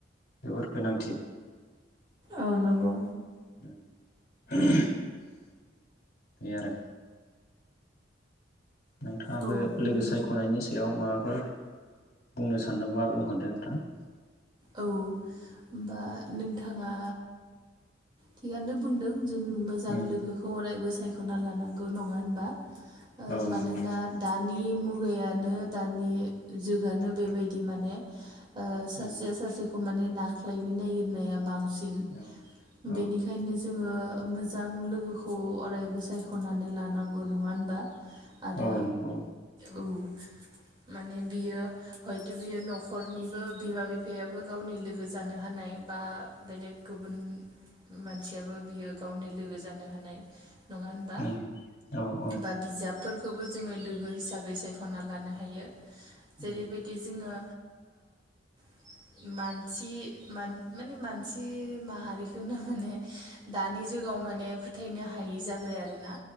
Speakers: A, on the left; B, on the right.
A: जोबोर गोनांथि
B: औ नंगौ
A: <unintelligible> बे आरो नोंथाङाबो
B: औ उम
A: लोगो सायखनायनि सायाव बेयाव माबाफोर बुंनो सानदोंबा बुंहरदो नोंथां
B: औ होमबा नोंथाङा थिगानो बुंदों जों मोजां
A: उम
B: लोगोखौ अरायबो सायखना लानांगौ नंङा होनबा
A: औ
B: मानोना
A: नंगौ
B: दानि मुग नो दा जुनो बेबायदि माने ओ सासे
A: उम
B: खौ माने नारख्लायनो नागिरनाया बांसिन
A: औ
B: बेनिखायनो
A: औ
B: जों जोंङो मोजां लोगोखौ अरायबो सायखनानै लानांगौ नंङा होनबा आरो
A: औ नंगौ
B: औ माने बियो हयथबियो नखनिबो बिमा बि बिफायाबो गावनि लोगो जानो हानाय बा बेलेग गुबुन मानसियाबो बियो गावनि लोगो जानो हानाय नङा होनबा
A: उम औ औ
B: बा बिजाबफोरखौबो जोंङो ल लोगो हिसाबै सायखना लानो हायो जेरैबायदि
A: उम
B: जोङो <inaudible> मानसि माने मानसि माहारिखौनो माने दानि जुगाव म माने फोथायनो हायि जाबाय आरोना